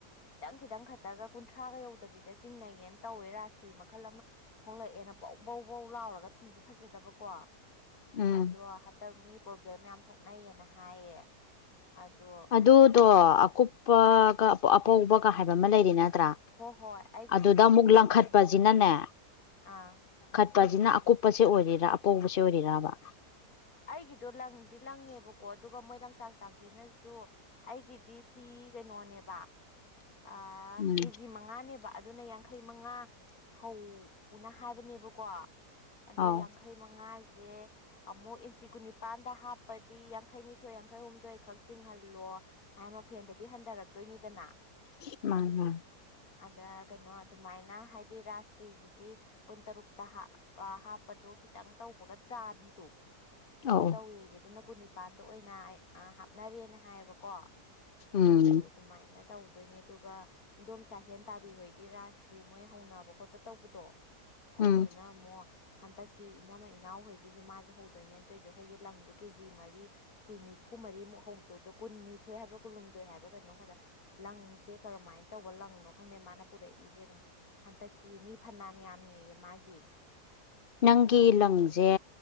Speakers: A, on the left (about 60°); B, on the left (about 40°).
A: ꯈꯤꯇꯪ ꯈꯤꯇꯪ ꯈꯠꯇꯒ ꯀꯨꯟꯊ꯭ꯔꯥꯒ ꯌꯧꯗꯕꯤꯗ ꯆꯤꯡꯅꯩꯌꯦꯅ ꯇꯧꯋꯦ ꯔꯥꯥꯁ꯭ꯔꯤ ꯃꯈꯜ ꯑꯃ ꯊꯣꯛꯂꯛꯑꯦ ꯕꯧ ꯕꯧ ꯕꯧ ꯂꯥꯎꯔꯒ ꯐꯤꯁꯨ ꯐꯖꯗꯕꯀꯣ
B: ꯎꯝ
A: ꯑꯗꯣ ꯍꯟꯗꯛ ꯃꯤ ꯄ꯭ꯔꯣꯕ꯭ꯂꯦꯝ ꯌꯥꯝ ꯊꯣꯛꯅꯩꯌꯦꯅ ꯍꯥꯏꯌꯦ ꯑꯗꯣ
B: ꯑꯗꯨꯗꯣ
A: ꯀꯩꯅꯣ
B: ꯑꯀꯨꯞꯄꯒ
A: ꯑꯥ
B: ꯑꯄꯧꯕꯒ
A: ꯑꯥ
B: ꯍꯥꯏꯕ ꯑꯃ ꯂꯩꯗꯅ ꯇ꯭ꯔꯥ
A: ꯍꯣ ꯍꯣꯏ ꯑꯩꯒꯤꯗꯨꯗꯤ
B: ꯑꯗꯨꯗ ꯑꯃꯨꯛ
A: ꯑꯀꯨꯞꯄꯅꯦꯅ
B: ꯂꯪꯈꯠꯄꯁꯤꯅꯅꯦ
A: ꯍꯥꯏ ꯑꯥ
B: ꯇꯁꯤꯅ ꯑꯀꯨꯞꯄꯁꯦ ꯑꯣꯏꯔꯤꯔꯥ ꯑꯄꯧꯕꯁꯦ ꯑꯣꯏꯔꯤꯔꯕ
A: ꯑꯩꯒꯤꯗꯣ ꯂꯪꯗꯤ ꯂꯪꯉꯦꯕꯀꯣ ꯑꯗꯨꯒ ꯃꯣꯏ ꯂꯪꯆꯥꯛ ꯆꯥꯛꯄꯤꯅꯁꯨ ꯑꯩꯒꯤꯗꯤ ꯐꯤ ꯀꯩꯅꯣꯅꯦꯕ ꯑꯥ
B: ꯎꯝ
A: ꯀꯦꯖꯤ ꯃꯉꯥꯅꯦꯕ ꯑꯗꯨꯅ ꯌꯥꯡꯈꯩ ꯃꯉꯥ ꯍꯧꯅ ꯍꯥꯏꯕꯅꯦꯕꯀꯣ ꯑꯗꯨ
B: ꯑꯥꯎ
A: ꯌꯥꯡꯈꯩ ꯃꯉꯥꯁꯦ ꯑꯃꯨꯛ ꯏꯟꯆꯤ ꯀꯨꯟꯅꯤꯄꯥꯟꯗ ꯍꯥꯞꯄꯗꯤ ꯌꯥꯡꯈꯩꯅꯤꯊꯣꯏ ꯌꯥꯡꯈꯩ ꯍꯨꯝꯗꯣꯏ ꯈꯛ ꯆꯤꯡꯍꯜꯂꯣ ꯍꯥꯏ ꯃꯐꯦꯟꯗꯗꯤ ꯍꯟꯗꯔꯛꯇꯣꯏꯅꯤꯗꯅ
B: ꯃꯅꯤ ꯃꯅꯤ
A: ꯑꯗ ꯀꯩꯅꯣ ꯑꯗꯨꯃꯥꯏꯅ ꯍꯥꯏꯗꯤ ꯔꯥꯁ꯭ꯔꯤꯁꯤꯗꯤ ꯀꯨꯟꯇꯔꯨꯛꯇ ꯍꯥꯞ ꯍꯥꯞꯄꯗꯣ ꯈꯤꯇꯪ ꯇꯧꯕꯒ ꯆꯥꯕꯤꯗꯣ ꯑꯗꯨ
B: ꯑꯧ ꯑꯧ
A: ꯇꯧꯋꯦꯌꯦ ꯑꯗꯨꯅ ꯀꯨꯟꯅꯤꯄꯥꯥꯟꯗꯣ ꯑꯣꯏꯅ ꯍꯥꯞꯅꯔꯦꯅ ꯍꯥꯏꯌꯦꯕꯀꯣ
B: ꯎꯝ
A: ꯑꯗꯣ ꯑꯗꯨꯃꯥꯏꯅ ꯇꯧꯗꯣꯏꯅꯦ ꯑꯗꯨꯒ ꯏꯟꯗꯣꯝꯆꯥ ꯍꯦꯟ ꯇꯥꯕꯤ ꯍꯣꯏꯒꯤ ꯔꯥꯁ ꯁꯤ ꯃꯣꯏ ꯍꯧꯅꯕ ꯈꯣꯠꯄ ꯇꯧꯕꯗꯣ
B: ꯎꯝ
A: ꯑꯗꯨꯗꯨꯅ ꯑꯃꯨꯛ ꯍꯟꯗꯛ ꯀꯤ ꯏꯅꯝꯃ ꯏꯅꯥꯎ ꯍꯣꯏꯒꯤꯁꯨ ꯃꯥꯁꯨ ꯍꯧ ꯗꯣꯏꯅꯦꯅ ꯇꯧꯏꯁꯦ ꯑꯩꯈꯣꯏꯒꯤ ꯂꯪꯗꯣ ꯀꯦꯖꯤ ꯃꯔꯤ ꯐꯤ ꯅꯤꯐꯨ ꯃꯔꯤꯃꯨꯛ ꯍꯧꯗꯣꯗꯣ ꯀꯨꯟꯅꯤꯊꯣꯏ ꯍꯥꯏꯕ꯭ꯔꯥ ꯀꯨꯨꯝꯂꯨꯝ ꯗꯣꯏ ꯍꯥꯏꯕ꯭ꯔ ꯀꯩꯅꯣ ꯈꯇ ꯂꯪꯁꯦ ꯀꯔꯝꯃꯥꯏꯅ ꯇꯧꯕ ꯂꯪꯅꯣ ꯈꯪꯗꯦ ꯃꯥꯅ ꯄꯨꯔꯛꯏꯁꯦ ꯑꯗꯨꯝ ꯍꯟꯇꯛ ꯀꯤ ꯃꯤ ꯐꯅ ꯌꯥꯝꯃꯦꯌꯦ ꯃꯥꯒꯤ
B: ꯅꯪꯒꯤ
A: ꯇꯧꯔꯤꯁꯦ
B: ꯂꯪꯁꯦ